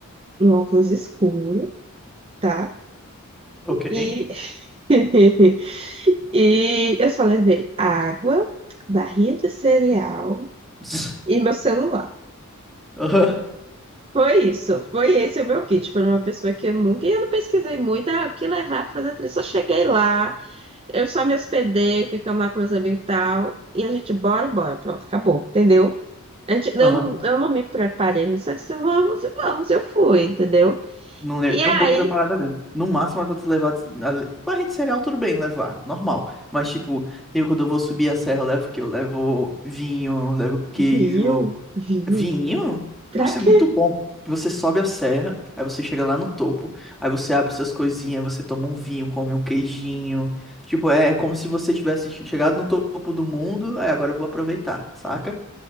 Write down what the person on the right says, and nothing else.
um óculos escuro, tá?
E, <laughs> e eu só levei água, barrinha de cereal
e meu celular.
Foi isso, foi esse o meu kit para uma pessoa que eu nunca. E eu não pesquisei muito, ah, o que levar para fazer a trilha. Só cheguei lá, Eu só me hospedei, ficamos lá com meus amigos e tal. E a gente, bora, bora, pronto, acabou, entendeu? A gente, eu,
não- eu não me preparei, a gente só disse, vamos, e vamos, eu fui, entendeu?
E
aí,
vinho, vinho,
pra
quê?